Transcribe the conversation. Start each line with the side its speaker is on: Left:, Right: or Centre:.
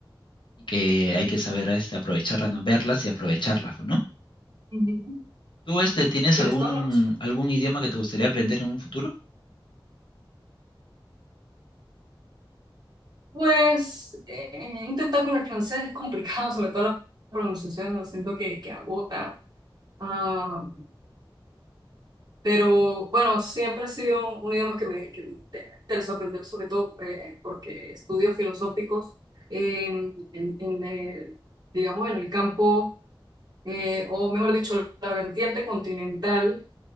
Left: y que hay que saber este, aprovecharlas, no verlas y aprovecharlas, ¿no?
Right: ujú.
Left: ¿Tú este tienes
Right: Tienes
Left: algún
Right: toda la razón.
Left: algún idioma que te gustaría aprender en un futuro?
Right: Pues eh, he intentado con el francés, es complicado, sobre todo la pronunciación, lo siento que, que agota. Ah, pero bueno, siempre ha sido un idioma que me, que me inter- interesó aprender, sobre todo eh, porque estudios filosóficos en, en, en el, digamos, en el campo, eh, o mejor dicho, la vertiente continental,